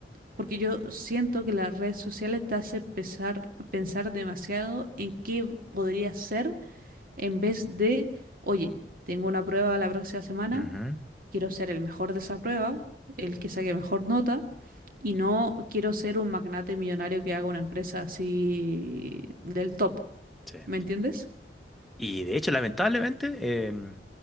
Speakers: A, on the right (about 50°); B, in the centre.
A: Porque yo siento que las redes sociales te hace pesar- pensar demasiado en qué podría ser en vez de, oye, tengo una prueba la próxima semana,
B: Ujú,
A: quiero ser el mejor de esa prueba, el que saque mejor nota, y no quiero ser un magnate millonario que haga una empresa así del top.
B: sí.
A: ¿Me entiendes?
B: Y de hecho, lamentablemente, em,